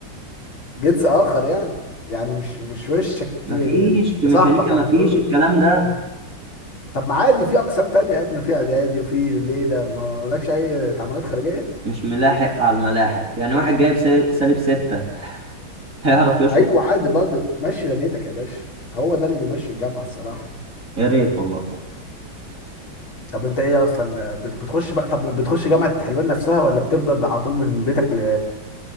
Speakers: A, on the left; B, on the right.
A: جنس اخر يعني يعني مش مش وشك
B: مفيش
A: ل- ل-
B: في
A: لصاحبك
B: ميكانيكا
A: على
B: مفيش
A: طول
B: الكلام ده
A: طب ما عادي في اقسام تانية يا ابني وفي اعدادي وفي ليله ما ما لكش اي تعاملات خارجيه
B: مش ملاحق على الملاحق يعني واحد جايب سا- سالب ستة هيعرف يشقط
A: ايوه عادي برضه مشي دنيتك يا باشا هو ده اللي بيمشي الجامعه الصراحه
B: يا ريت والله
A: طب انت ايه اصلا بت- بتخش بقى طب بتخش جامعه حلوان نفسها ولا بتفضل على طول من بيتك ل...